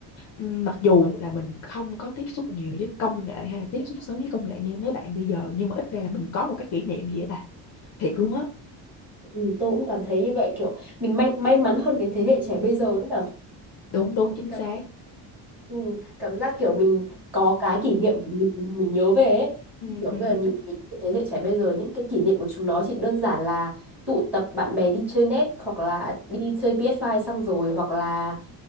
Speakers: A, on the left (about 40°); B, in the centre.
A: ừm, mặc dù là mình không có tiếp xúc nhiều với công nghệ hay là tiếp xúc sớm với công nghệ như mấy bạn bây giờ nhưng mà ít ra là mình có một cái kỷ niệm gì á bà thiệt luôn á
B: ừ, tôi cũng cảm thấy như vậy kiểu mình may may mắn hơn cái thế
A: cái
B: hệ
A: thế hệ
B: trẻ bây
A: trẻ
B: giờ
A: bây
B: ấy
A: giờ cũng cảm
B: nhỉ
A: đúng đúng chính
B: Cảm-
A: xác
B: Ừ, cảm giác kiểu mình có
A: có
B: cái
A: cái
B: kỷ niệm
A: kỷ niệm
B: để mình mình nhớ
A: Nhớ
B: về
A: về
B: ấy.
A: ừ
B: Thì Kiểu
A: ừ
B: bây giờ nhìn cái thế hệ trẻ bây giờ những cái kỷ niệm của chúng nó chỉ đơn giản là tụ tập bạn bè đi chơi net hoặc là đi chơi PS5 xong rồi hoặc là